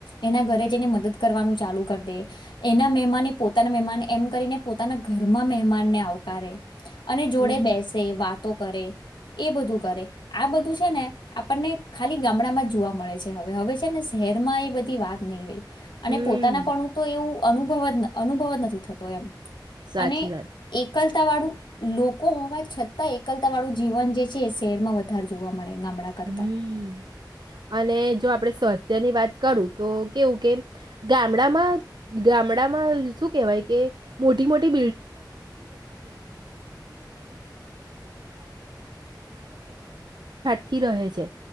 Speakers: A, on the left; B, on the right.
A: એના ઘરે જેને મદદ કરવાનું ચાલુ કરી દે એના મહેમાન એ પોતાના મહેમાન એમ કરીને પોતાના ઘરમાં મહેમાનને આવકારે. અને જોડે
B: હમ
A: બેસે વાત કરે એ બધું કરે, આ બધું છે ને આપણને ખાલી ગામડામાં જ જોવા મળે છે. હવે હવે છે ને શહેરમાં એ બધી વાત નહી રહી. અને
B: હમ્મ
A: પોતાના પણું તો એવું અનુભવ જ અનુભવ જ નથી થતો એમ
B: સાચી
A: અને
B: વાત.
A: એકલતા વાળું લોકો હોવા છતાં એકલતા વાળું જીવન જે છે. એ શહેરમાં વધારે જોવા મળે. ગામડા કરતા
B: હમ્મ અને જો આપડણે સ્વાસ્થ્ય ની વાત કરું તો કેવું કે ગામડામાં, ગામડામાં શું કેહેવાય કે મોટી મોટી થી રહે છે.